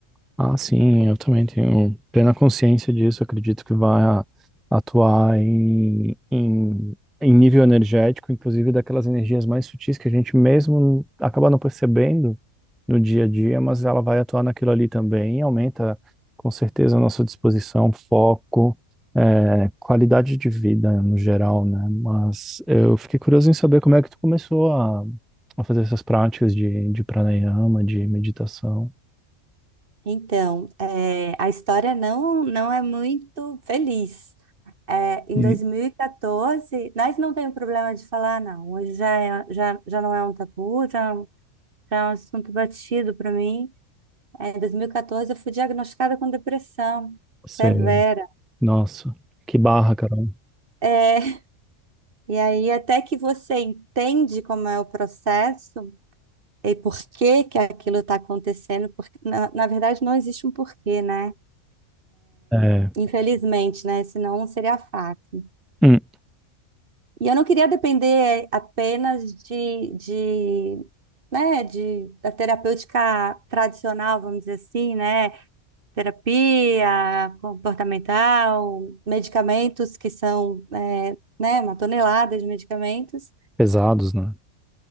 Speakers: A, in the centre; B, on the right.
A: Ah, sim, eu também tenho plena consciência disso. Acredito que vai a- atuar em, em, em nível energético, inclusive daquelas energias mais sutis que a gente mesmo acaba não percebendo no dia a dia, mas ela vai atuar naquilo ali também e aumenta com certeza a nossa disposição, foco, eh, qualidade de vida no geral, né? Mas eu fiquei curioso em saber como é que tu começou a, a fazer essas práticas de, de pranayama, de meditação.
B: Então, eh, a história não, não é muito feliz. É, em
A: E
B: 2014, nós não temos problema de falar, não. Hoje já, é- já, já não é um tabu, já, é um- já é um assunto batido para mim. É, em 2014, eu fui diagnosticada com depressão
A: você.
B: severa.
A: Nossa, que barra, Carol.
B: É, E aí, até que você entende como é o processo e por que que aquilo está acontecendo, porque na, na verdade não existe um porquê, né?
A: É,
B: Infelizmente, né? Senão seria fácil.
A: hum,
B: E eu não queria depender apenas de, de, né, de, da terapêutica tradicional, vamos dizer assim, né? Terapia comportamental, medicamentos que são, é, né, uma tonelada de medicamentos
A: pesados, né?